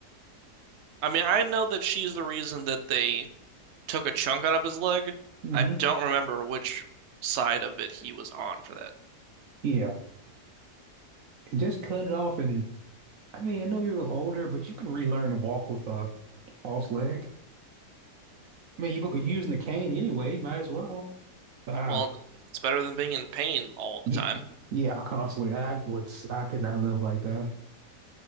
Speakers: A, on the right; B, on the right.
A: I mean, I know that she's the reason that they took a chunk out of his leg.
B: hmm
A: I don't remember which side of it he was on for that.
B: Yeah, just cut it off, and I mean, I know you're older, but you can relearn to walk with a false leg. I mean, you, you're using the cane anyway. Might as well. Uh,
A: Well, it's better than being in pain
B: <laughs>
A: all the
B: yeah,
A: time,
B: yeah. I constantly, I would, I could not live like that.